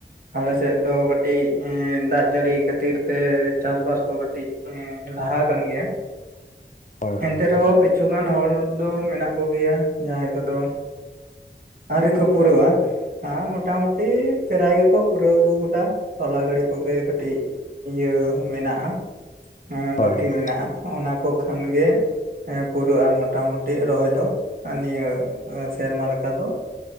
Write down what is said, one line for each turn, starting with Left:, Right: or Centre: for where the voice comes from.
Right: ᱟᱞᱮ ᱥᱮᱫ ᱫᱚ ᱠᱟᱹᱴᱤᱡ ᱫᱟᱜ ᱡᱟᱹᱲᱤ ᱠᱷᱟᱹᱛᱤᱨ ᱛᱮ ᱪᱟᱥ ᱵᱟᱥ ᱠᱚ ᱠᱟᱹᱴᱤᱡ ᱦᱮᱸ᱾ ᱞᱟᱦᱟ ᱠᱟᱱ ᱜᱮᱭᱟ ᱾
Left: ᱦᱳᱭ
Right: ᱮᱱᱛᱮ
Left: ᱦᱳᱭ
Right: ᱨᱮᱦᱚᱸ ᱠᱤᱪᱷᱩ ᱜᱟᱱ ᱦᱚᱲ ᱫᱚ ᱢᱮᱱᱟᱜ ᱠᱚᱜᱮᱭᱟ, ᱡᱟᱦᱟᱸᱭ ᱠᱚᱫᱚ ᱟᱹᱣᱨᱤ ᱠᱚ ᱯᱩᱨᱩᱣᱟ ᱾ ᱦᱮᱸ, ᱢᱚᱴᱟ ᱢᱩᱴᱤ ᱯᱮᱨᱟᱭ ᱜᱮᱠᱚ ᱯᱩᱨᱟᱹᱣ ᱟᱹᱜᱩ ᱟᱠᱟᱫᱟ, ᱛᱚᱞᱟ ᱜᱟᱹᱲᱤ ᱠᱚᱜᱮ ᱠᱟᱹᱴᱤᱡ ᱤᱭᱟᱹ ᱢᱮᱱᱟᱜ-ᱟ, ᱮᱸ
Left: ᱦᱳᱭ
Right: ᱵᱟᱹᱠᱤ ᱢᱮᱱᱟᱜ-ᱟ᱾ ᱚᱱᱟ ᱠᱚ ᱠᱷᱟᱱ ᱜᱮ ᱮ ᱯᱩᱨᱟᱹᱜ-ᱟ, ᱢᱚᱴᱟ ᱢᱳᱴᱤ ᱨᱚᱦᱚᱭ ᱫᱚ, ᱱᱤᱭᱟᱹ ᱥᱮᱨᱢᱟ ᱞᱮᱠᱟ ᱫᱚ